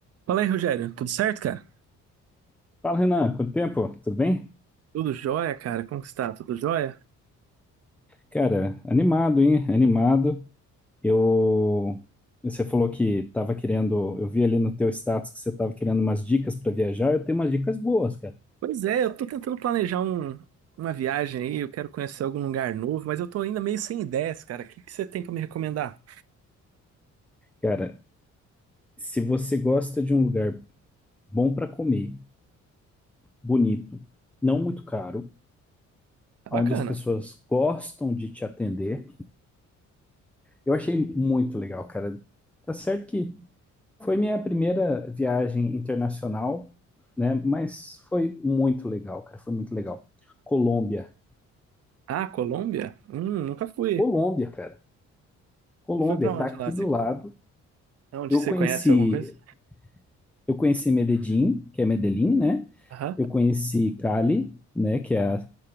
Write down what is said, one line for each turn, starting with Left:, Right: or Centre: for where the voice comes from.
Right: Fala aí, Rogério. Tudo certo, cara?
Centre: Fala, Renan, quanto tempo? Tudo bem?
Right: Tudo jóia, cara? Como que está? Tudo jóia?
Centre: Cara, animado, hein? Animado. Eu. Você falou que tava querendo. Eu vi ali no teu status que você tava querendo umas dicas para viajar. Eu tenho umas dicas boas, cara.
Right: Pois é, eu tô tentando planejar um- uma viagem aí, eu quero conhecer algum lugar novo, mas eu tô ainda meio sem ideias, cara. O que que você tem pra me recomendar?
Centre: Cara, se você gosta de um lugar bom para comer, bonito, não muito caro,
Right: Tá bacana.
Centre: onde as pessoas gostam de te atender, eu achei muito legal, cara. Tá certo que Foi minha primeira viagem internacional, né? Mas foi muito legal, cara. Foi muito legal. Colômbia.
Right: Ah, Colômbia? Hum, nunca fui.
Centre: Colômbia, cara. Colômbia
Right: E foi pra onde
Centre: tá aqui
Right: lá? Você,
Centre: do lado.
Right: onde
Centre: Eu
Right: você
Centre: conheci,
Right: conhece alguma coisa?
Centre: eu conheci Medellín, que é Medellín, né?
Right: Aham,
Centre: Eu conheci Cali, né? Que é, a-